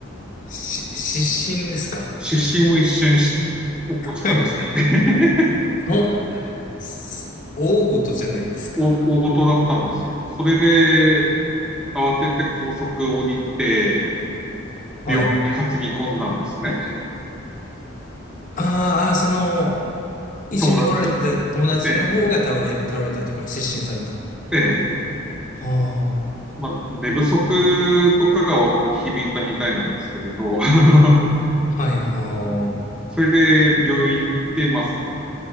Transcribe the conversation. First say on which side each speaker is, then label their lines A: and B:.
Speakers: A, on the left; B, in the centre.
A: し、失神ですか
B: 失神も一瞬し起こしたらしくて
A: <laughs>
B: <laughs>
A: そうす大事じゃないですか。
B: 大大事だったんですよ。それで、慌てて高速降りて、
A: はい。
B: 病院に担ぎ込んだんですね。
A: あーあー、その、一緒に来られてた友達の方が倒れ、
B: 友達を追って、
A: 倒れたとか、失神された。
B: ええ、
A: ああ。
B: まあ、寝不足とかが響いたみたいなんですけれど、<laughs>
A: はい、ああ、は
B: うんそれで病院行って、まあ、